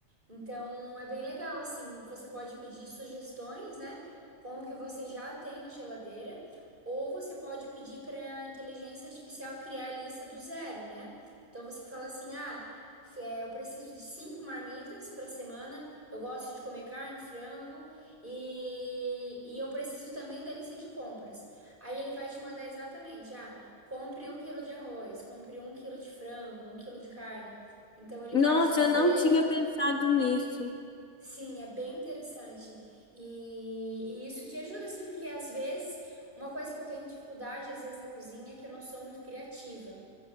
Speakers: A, on the right (about 25°); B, on the left (about 50°).
A: Então é bem legal, assim, você pode pedir sugestões, né, com o que você já tem na geladeira, ou você pode pedir para a inteligência artificial criar a lista do zero, né? Então você fala assim: ah, f- é, eu preciso de cinco marmitas para semana, eu gosto de comer carne, frango, e, e eu preciso também da lista de compras. Aí ele vai te mandar exatamente: ah, compre um quilo de arroz, compre um quilo de frango, um quilo de carne. Então ele
B: Nossa,
A: vai te dizer.
B: eu não tinha pensado nisso.
A: Sim, é bem interessante. E, e isso te ajuda, sim, porque às vezes uma coisa que eu tenho dificuldade, às vezes, na cozinha é que eu não sou muito criativa.